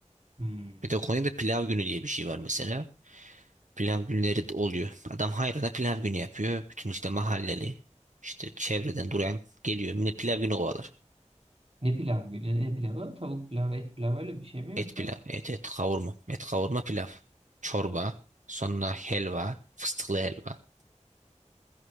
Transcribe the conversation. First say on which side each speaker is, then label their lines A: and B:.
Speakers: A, on the right; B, on the right.
A: Hmm.
B: Bir de Konya'da pilav günü diye bir şey var mesela. Pilav günleri de oluyor. Adam hayrana pilav günü yapıyor. Bütün işte mahalleli, işte çevreden duran geliyor. Yine pilav günü kovalar.
A: Ne pilav günü? Ne pilavı? Tavuk pilavı, et pilavı öyle bir şey mi
B: Et
A: yoksa?
B: pilav, et et kavurma. Et kavurma pilav. Çorba, sonra helva, fıstıklı helva.